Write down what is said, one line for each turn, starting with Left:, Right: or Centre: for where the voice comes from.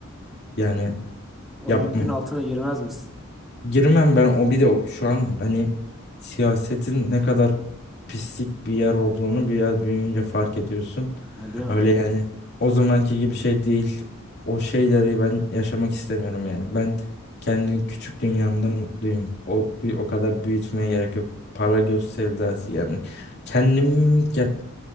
Left: Yani
Centre: O
Left: yapmam.
Centre: yükün altına girmez misin?
Left: Girmem ben o bir de o- şu an hani siyasetin ne kadar pislik bir yer olduğunu biraz büyüyünce fark ediyorsun.
Centre: Ha, değil mi?
Left: Öyle
Centre: Aynen.
Left: yani o zamanki gibi şey değil. O şeyleri ben yaşamak istemiyorum yani. Ben kendi küçük dünyamda mutluyum. O bir o kadar büyütmeye gerek yok. Para göz sevdası yani. Kendim ya